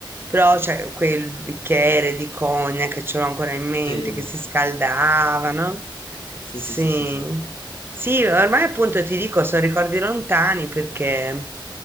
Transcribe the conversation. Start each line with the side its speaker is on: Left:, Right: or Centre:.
Right: però c'è quel bicchiere di cognac, che ce l'ho ancora in mente,
Left: Sì.
Right: che si scaldava, no?
Left: Sì,
Right: Sì.
Left: sì, sì, sì, sì.
Right: Sì, ormai appunto ti dico, sono ricordi lontani perché